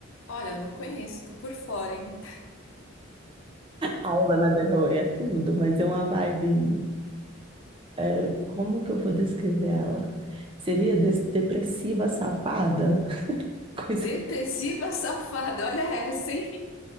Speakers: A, on the left; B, on the right.
A: Olha, eu não conheço, tô por fora, hein?
B: Ai, Lana Del Rey é tudo, mas é uma vibe. é, como que eu vou descrever ela? Seria des- depressiva safada? <laughs> Coisa...
A: Depressiva safada, <laughs> olha essa, hein?